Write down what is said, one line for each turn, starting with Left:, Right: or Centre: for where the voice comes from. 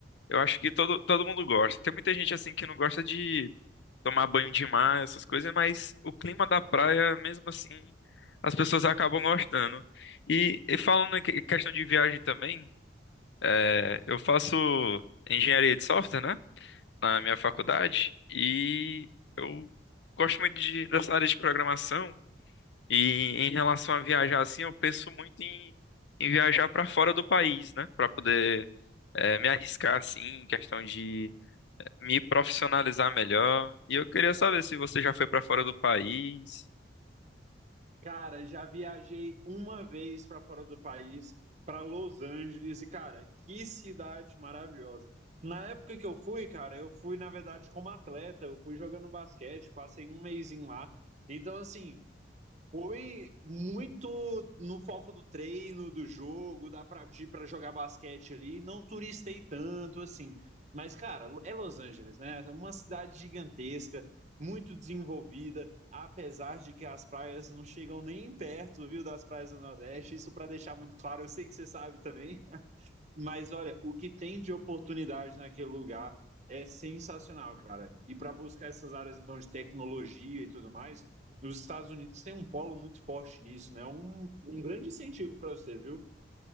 Left: eu acho que todo, todo mundo gosta. Tem muita gente assim que não gosta de tomar banho de mar, essas coisas, mas o clima da praia, mesmo assim, as pessoas acabam gostando. E, e falando em que- questão de viagem também, é, eu faço engenharia de software, né? Na minha faculdade, e eu gosto muito de, dessa área de programação. E em relação a viajar assim, eu penso muito em, em viajar para fora do país, né? Para poder eh, me arriscar assim, em questão de eh, me profissionalizar melhor. E eu queria saber se você já foi para fora do país.
Right: Cara, já viajei uma vez pra fora do país, pra Los Angeles, e, cara, que cidade maravilhosa. Na época que eu fui, cara, eu fui, na verdade, como atleta, eu fui jogando basquete, passei um mesinho lá. Então, assim, Foi muito no foco do treino, do jogo, dá pra, de ir pra jogar basquete ali. Não turistei tanto, assim. Mas, cara, é Los Angeles, né? É uma cidade gigantesca, muito desenvolvida, apesar de que as praias não chegam nem perto, viu, das praias do Nordeste. Isso pra deixar muito claro, eu sei que você sabe também. Mas olha, o que tem de oportunidade naquele lugar é sensacional, cara. E para buscar essas áreas então de tecnologia e tudo mais, os Estados Unidos têm um polo muito forte nisso, né? Um, um grande incentivo para você, viu?